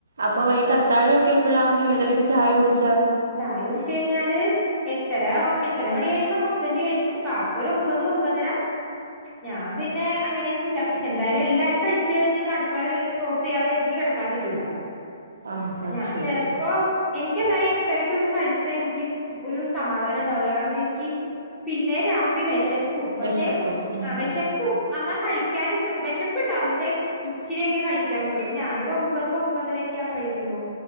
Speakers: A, on the right; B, in the centre.
A: അപ്പാേ ഇ- അത്താഴം ഒക്കെ എപ്പോഴാ എഴരേയ്ക്ക് ചായ കുടിച്ചാൽ-
B: ചായ കുടിച്ച കഴിഞ്ഞാല് എട്ടര എട്ടര മണി കഴിയുമ്പോ ഹസ്ബൻഡ് കഴിക്കും ബാപ്പ ഒരു ഒമ്പത് ഒമ്പതര ഞാൻ പിന്നെ അങ്ങനെയൊന്നുംല്ല എന്തായാലും എല്ലാരും കഴിച്ചു കഴിഞ്ഞ് അടുക്കള ക്ലോസ് ചെയ്യാതെ എനിക്ക് കെടക്കാൻ പറ്റൂല-
A: ആഹ്
B: അപ്പൊ
A: അത്
B: ഞാൻ
A: ശരി
B: ചിലപ്പോ എനിക്കൊന്നറിയാ എട്ടരക്കൊന്നും കഴിച്ചാ എനിക്ക് ഒരു സമാധാനം ഉണ്ടാവൂല്ല കാരണം എനിക്ക് പിന്നെ രാത്രി വെശ ക്കും പക്ഷെ
A: വെശക്കും ഉം
B: വിശക്കും ന്നാ കഴിക്കാനൻട്ടു വിശപ്പുണ്ടാവും പക്ഷെ ഇച്ചിരിയൊക്കെ കഴിക്കാൻ പറ്റുള്ളൂ അപ്പൊ ഞാനൊരു ഒമ്പത് ഒമ്പതരൊക്കെ ആകും കഴിക്കുമ്പോ